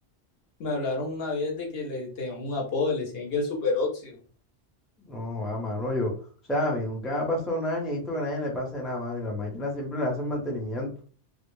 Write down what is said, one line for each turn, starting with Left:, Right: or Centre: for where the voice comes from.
Left: me hablaron una vez de que le tenían un apodo, le decían que el superóxido.
Centre: No, ah, mano, yo. O sea, a mí nunca me ha pasado nada, ni he visto que a nadie le pase nada, mano. Y las máquinas siempre le hacen mantenimiento.